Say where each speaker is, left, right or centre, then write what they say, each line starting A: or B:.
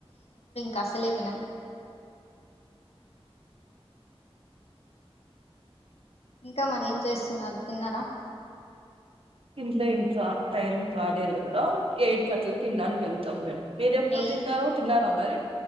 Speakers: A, on the left; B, on the right.
A: కసలే వినమ్ ఇంకా మర ఏం చేస్తున్నారు తిన్నారా
B: ఇంట్లో ఇంకా టైం కాలేదు కదారా ఎయిట్ కి అట్లా తినడానికెళ్తుంది సమ్ మే మీరు ఎప్పుడు
A: ఎయి
B: తింటారో తిన్నారా మరి